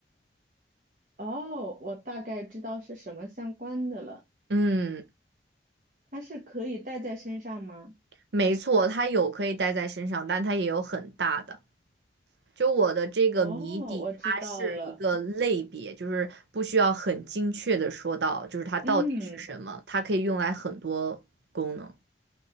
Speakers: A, on the right; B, on the right.
A: 哦，我大概知道是什么相关的了。
B: 嗯，
A: 它是可以戴在身上吗？
B: 没错，它有可以带在身上，但它也有很大的。就我的这个谜底，
A: 哦，我知道了。
B: 它是一个类别，就是不需要很精确的说到，就是它到底是什么，
A: 嗯，
B: 它可以用来很多功能。